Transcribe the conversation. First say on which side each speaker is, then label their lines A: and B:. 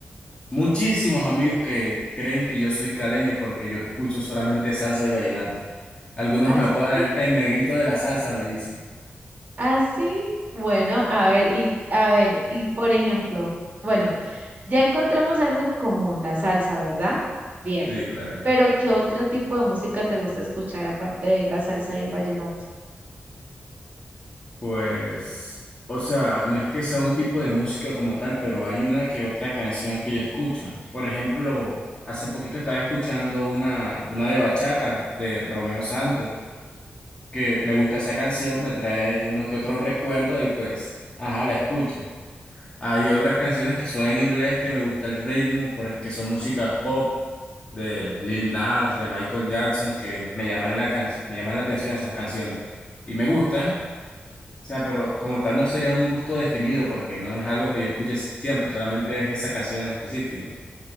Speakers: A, on the left (about 25°); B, on the right (about 40°).
A: muchísimos amigos que creen que yo soy caleño porque yo escucho solamente salsa y vallenato. Algunos
B: Así,
A: me apodan el, el negrito de la salsa, me dicen.
B: así. Bueno, a ver, y a ver, y por ejemplo, bueno, ya encontramos algo en común, la salsa, ¿verdad? Bien.
A: Sí, claro.
B: Pero ¿qué otro tipo de música te gusta escuchar aparte de la salsa y el vallenato?
A: Pues, o sea, no es que sea un tipo de música como tal, pero hay una que otra canción que yo escucho. Por ejemplo, hace poquito estaba escuchando una, una de bachata de Romeo Santos, que me gusta esa canción, me trae uno que otro recuerdo y pues, ajá, la escucho. Hay otras canciones que son en inglés que me gusta el ritmo, por- e, que son músicas pop de Lil Nas, de Michael Jackson, que me llaman la can- me llaman la atención esas canciones y me gustan. O sea, pero como tal no sería un gusto definido porque no es algo que yo escuche siempre, solamente es esa canción en específico.